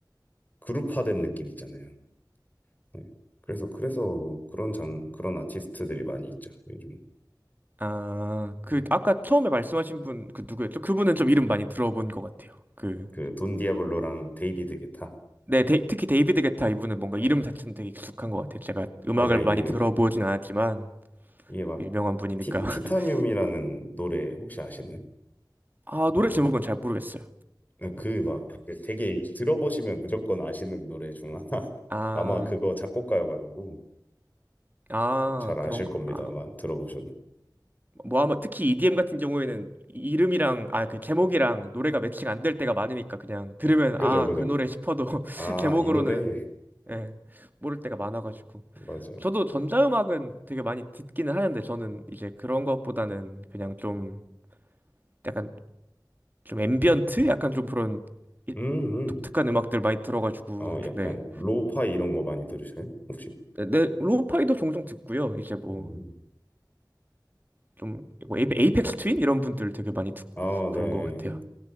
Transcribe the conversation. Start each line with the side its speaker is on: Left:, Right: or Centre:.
Left: 그룹화된 느낌 있잖아요. 네. 그래서 그래서 그런 장 그런 아티스트들이 많이 있죠 요즘.
Right: 아, 그
Left: 음.
Right: 아까 처음에 말씀하신 분 그 누구였죠? 그분은 좀 이름 많이 들어본 것 같아요. 그
Left: 그돈 디아블로랑 데이비드 게타.
Right: 네, 데이- 특히 데이비드 게타 이분은 뭔가
Left: 예.
Right: 이름 자체는 되게 익숙한 것 같아요. 제가 음악을
Left: 맞아 이게
Right: 많이 들어보진 않았지만
Left: 이게 막
Right: 유명한 분이니까.
Left: 티,
Right: <laughs>
Left: 타늄이라는 노래 혹시 아시나요?
Right: 아, 노래 제목은 잘 모르겠어요.
Left: 네, 그막 되게 들어보시면 무조건 아시는 노래 중 하나. <laughs>
Right: 아,
Left: 아마 그거 작곡가여가지고
Right: 아,
Left: 뭐 잘 아실
Right: 그런
Left: 겁니다만
Right: 아,
Left: 들어보셔도.
Right: 뭐 아마 특히 EDM 같은 경우에는 이름이랑 아, 그 제목이랑 노래가 매칭 안 될 때가 많으니까 그냥 들으면
Left: 그죠,
Right: 아,
Left: 그죠.
Right: 그 노래 싶어도 <laughs>
Left: 아,
Right: 제목으로는
Left: 이 노래. 네,
Right: 예, 모를 때가 많아가지고.
Left: 맞아요.
Right: 저도 전자음악은 되게 많이 듣기는 하는데 저는 이제 그런 것보다는 그냥 좀 약간 좀 앰비언트? 약간 좀 그런 이-
Left: 음, 음.
Right: 독특한 음악들 많이 들어가지고
Left: 어, 약간
Right: 네.
Left: 로파 이런 거 많이 들으세요? 혹시?
Right: 네, 네, 로우파이도 종종 듣고요. 이제 뭐
Left: 음.
Right: 좀 뭐 에이펙스 트윈 이런 분들 되게 많이 듣고
Left: 아,
Right: 그런
Left: 네.
Right: 것 같아요.